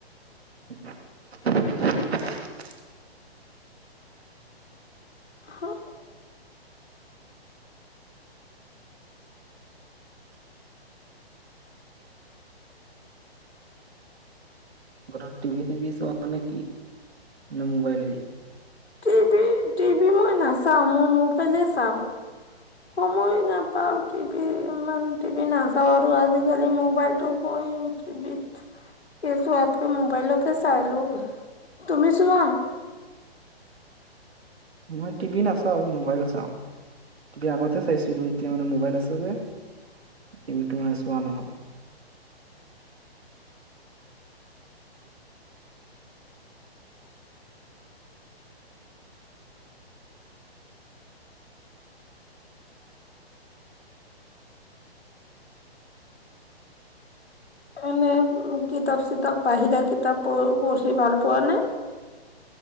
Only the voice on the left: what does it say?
হ
টিভি টিভি মই নাচাওঁ মই মোবাইলে চাওঁ সময় নাপাওঁ টিভি ইমান টিভি নাচাওঁ আৰু আজিকালি মোবাইলটো হয় টিভিত কে চোৱাতকৈ মোবাইলতে চাই লওঁ তুমি চোৱা
এনে কিতাপ চিতাপ বাহিৰা কিতাপ পঢ় পঢ়ি ভাল পোৱা নে